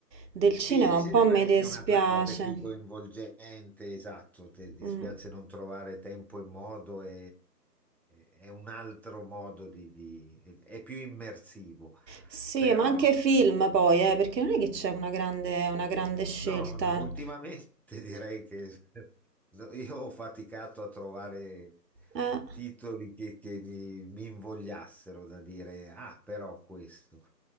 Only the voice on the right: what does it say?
del cinema,
un
po' mi
dispiace.
Mm.
Sì,
ma anche film poi, eh, perché non è che c'è una grande, una grande scelta.
Eh,